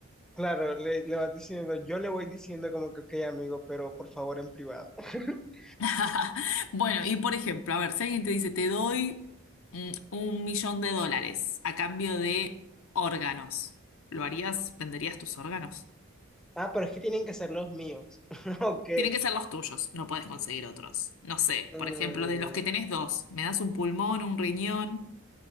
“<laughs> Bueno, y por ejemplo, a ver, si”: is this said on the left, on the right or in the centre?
Left